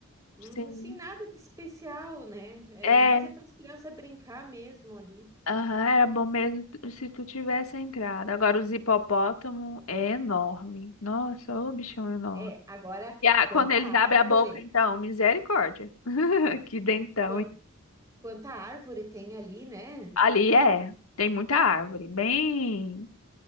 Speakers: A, on the right (about 15°); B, on the left (about 80°).
A: Hum,
B: Sim.
A: sem nada de especial, né?
B: É.
A: É, mais é para as crianças brincar mesmo ali.
B: Aham, era bom mesmo tu- se tu tivesse entrado. Agora, os hipopótamo é enorme. Nossa, ô bichão enorme.
A: É, agora,
B: E a-
A: quanta
B: quando eles
A: árvore,
B: abrem a boca, então, misericórdia. <laughs> Que dentão.
A: quan-
B: hein?
A: quanta árvore tem ali, né?
B: Ali é, tem muita árvore. Bem,